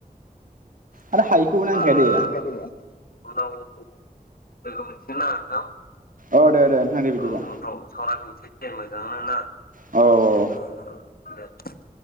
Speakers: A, on the left (about 90°); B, on the right (about 65°).
A: <unintelligible>
B: आरो हायिखौबो नांखाया दे
A: उनाव लोगो मोनसिगोन ना नोथां
B: औ दे दे नोंथां दे बिदिबा
A: औ उनफ्राव सावरायफिनसै दे मोजांनो ना
B: औ औ
A: ओ ओ। <inaudible>